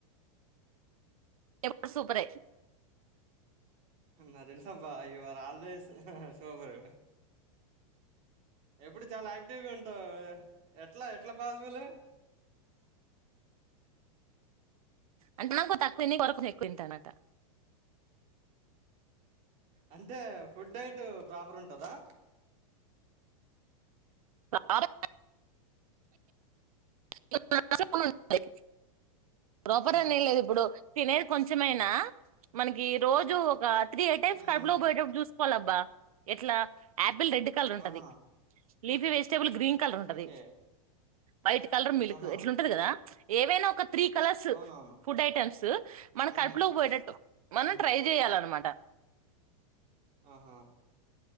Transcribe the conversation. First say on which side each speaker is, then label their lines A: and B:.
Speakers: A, on the right; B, on the right.
A: ఎప్పుడు సూపరే
B: నా తెలుసబ్బా యూ ఆర్ ఆల్వేస్ సూపర్ ఎప్పుడు చాలా ఆక్ టివ్గుంటవ్ ఎ ఎట్లా ఎట్లా పాజిబులి
A: అంటే నాకు తక్కువంది కొరకు ఎక్కువంత తిన్నటానట
B: అంటే ఫుడ్ డైట్ ప్రాపర్ ఉంటదా
A: స <unintelligible> <unintelligible> రూపరా
B: ఆహా
A: అని ఏం లేదు ఇప్పుడు తినేది కొంచమైనా మనకి రోజు ఒక త్రీ ఐటైమ్స్
B: ఉమ్
A: కడుపు
B: ఉమ్.
A: లో బోయేటప్పుడు చూస్ పలబ్బా ఎట్లా యక్ పిల్ రెడ్ కలర్ ఉంటది
B: ఆహా
A: leafy vegetable green colour ఉంటది
B: ఓకే
A: మాయితే కలర్ మిల్క్
B: ఆహా
A: ఎట్లా ఉంటది కదా ఏవైనా ఒక త్రీ కలర్స్
B: అవునవును
A: ఫుడ్ ఐటమ్స్ మన
B: ఉహు
A: కడుపులోకి పోయేటట్టు మనం
B: ఉమ్
A: ట్రై చేయాలన్నమా క్క
B: ఆహా హిస్